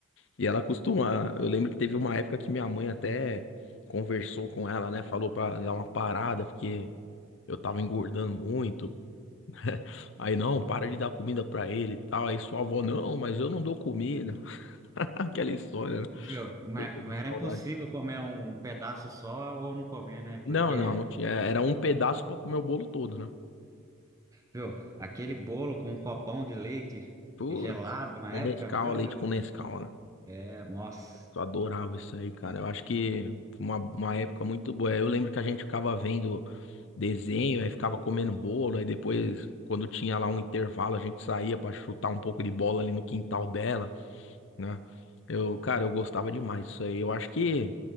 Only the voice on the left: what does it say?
E ela costuma. Eu lembro que teve uma época que minha mãe até conversou com ela, né? Falou pra dar uma parada, porque eu tava engordando muito. <laughs> Aí, não, para de dar comida pra ele e tal. Aí sua avó, não, mas eu não dou comida. <laughs> Aquela história, né?
Puta
que saudade.
Não,
não, não tinha. Era um pedaço pra comer o bolo todo, né?
Putz,
com
Nescau,
leite
com Nescau, né?
Eu adorava isso aí, cara. Eu acho que foi uma, uma época muito boa. Eu lembro que a gente ficava vendo. desenho, aí ficava comendo bolo, aí depois, quando tinha lá um intervalo, a gente saía pra chutar um pouco de bola ali no quintal dela, né? Eu, cara, eu gostava demais disso aí. Eu acho que,